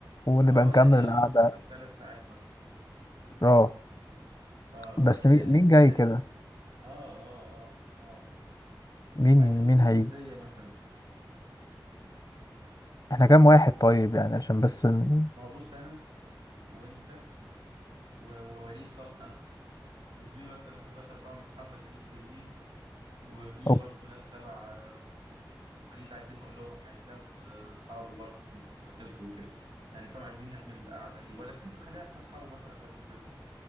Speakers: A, on the left; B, on the right.
A: ونبقى
B: اه
A: نكمل
B: يعني
A: القعدة
B: اه سكة ثلاث ساعات مثلا
A: اه
B: اه طب
A: بس مي-
B: هنعمل
A: مين جاي
B: ايه عايزين
A: كده
B: نجيب اه اه اه اه
A: مين
B: عايزين نجيب
A: مين هيجي
B: له هدية مثلا
A: احنا كام واحد طيب يعني عشان بس ن...
B: ما هو بص انا وانت و- ووليد طبعا <laughs> وفي مثلا ثلاثة أربعة من أصحابنا تانيين جايين وفي
A: أو...
B: برضو ناس تبع آه، وليد عايزين نقول لهم يعني فاهم آه، أصحابه برضو خطيبته وكده يعني فاهم عايزين نعمل قعدة ليه ولا تحب تخليها احنا أصحابه مثلا بس كده